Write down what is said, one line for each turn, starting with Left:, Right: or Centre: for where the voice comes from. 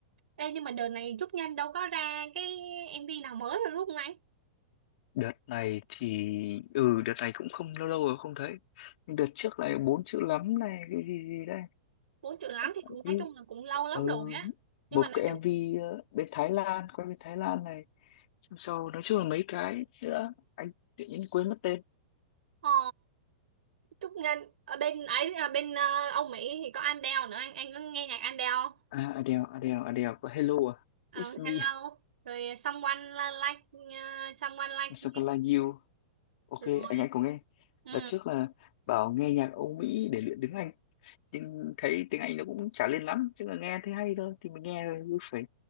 Right: Ê, nhưng mà đợt này Trúc Nhân đâu có ra cái em MV nào mới rồi đúng không anh
Left: đợt này thì ừ đợt này cũng không lâu lâu rồi không thấy Nhưng đợt trước này bốn chữ lắm này cái gì gì đây
Right: bốn chữ lắm thì
Left: cái
Right: cũng nói chung là cũng lâu lắm
Left: ừ,
Right: rồi á nhưng
Left: một
Right: mà nói
Left: cái MV
Right: chung
Left: ờ, bên Thái Lan quay bên Thái Lan này xong sau nói chung là mấy cái nữa anh tự nhiên quên mất tên
Right: ờ Trúc Ngân ở bên ấy ở bên ờ, Âu Mỹ thì có Adele nữa anh anh có nghe nhạc Adele không?
Left: à Adele Adele Adele có Hello à
Right: Ờ,
Left: It's
Right: Hello
Left: me
Right: rồi Someone Like ờ, Someone Like
Left: Something
Right: You
Left: like you ok
Right: rồi
Left: anh anh có nghe
Right: ừ.
Left: đợt trước là bảo nghe nhạc Âu Mỹ để luyện tiếng Anh nhưng thấy tiếng Anh nó cũng chả lên lắm chứ là nghe thấy hay thôi thì mình nghe thôi chứ phải